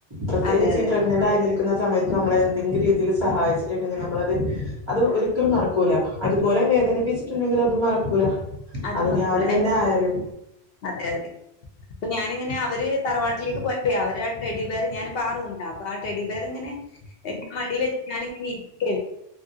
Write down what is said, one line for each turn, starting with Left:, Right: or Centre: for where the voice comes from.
Right: പ്രത്യേകിച്ച്
Left: അതെ അതെ
Right: ഈ പ്രെഗ്നന്റ് ആയി നിൽക്കുന്ന സമയത്ത് നമ്മളെ എന്തെങ്കിലും രീതില് സഹായിച്ചിട്ടുണ്ടെങ്കിൽ നമ്മളത് അത് ഒരിക്കലും മറക്കൂല അതുപോലെ
Left: ഉം.
Right: വേദനിപ്പിച്ചിട്ടുണ്ടെങ്കിൽ അതും മറക്കൂല
Left: അത്
Right: അതിനി
Left: മറക്കൂല
Right: ആര് തന്നെ
Left: എപ്
Right: ആയാലും
Left: അതെഅതെ അപ്പൊ ഞാനിങ്ങനെ അവര് തറവാട്ടിലേക്ക് പോയപ്പോ അവരെ ആ ടെഡി ബിയറ് ഞാനിപ്പ ആ റൂ അപ്പൊ ആഹ് ടെഡി ബിയറിങ്ങനെ എൻ്റെ മടി വെച്ച് ഞാൻ ഇങ്ങനെ ഇരിക്കായ്രുന്നു